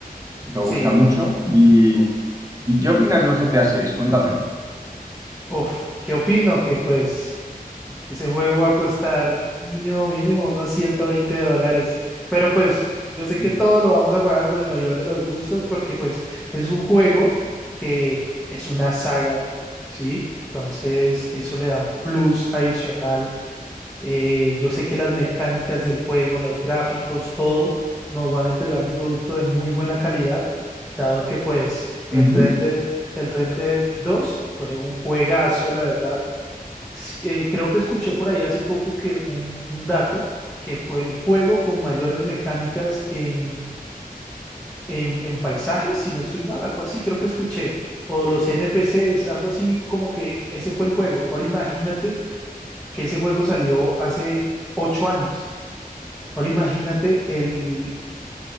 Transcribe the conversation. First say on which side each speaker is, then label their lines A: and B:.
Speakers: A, on the right; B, in the centre.
A: me
B: Sí,
A: gusta mucho.
B: o-
A: ¿Y,
B: o-
A: ¿y qué opinas del GTA seis Cuéntame.
B: uf, ¿qué opino? Que pues... Ese juego va a costar mínimo, mínimo unos 120 dólares. Pero pues yo sé
A: Ujú,
B: que todo lo vamos a pagar con el mayor de los gustos porque pues es un juego que es una saga, ¿sí? Entonces eso le da un plus adicional. Eh, yo sé que las mecánicas del juego, los gráficos, todo nos van a entregar un producto de muy buena calidad, dado que pues el
A: ujú.
B: Red Dead, el Red Dead 2 fue un juegazo, la verdad sí, eh, creo que escuché por ahí hace poco que un, un dato que fue el juego con mayores mecánicas en, en, en paisajes, si no estoy mal, algo así, creo que escuché, o los NPCs, algo así como que ese fue el juego. Ahora imagínate que ese juego salió hace ocho años. Ahora imagínate el